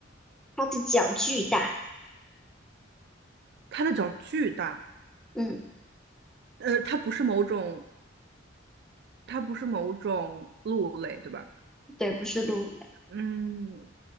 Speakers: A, in the centre; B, on the right.
A: 它的脚巨大。
B: 它的脚巨大，
A: 嗯，
B: 呃，它不是某种，它不是某种鹿类，对吧？
A: 对，不是鹿类。
B: 嗯，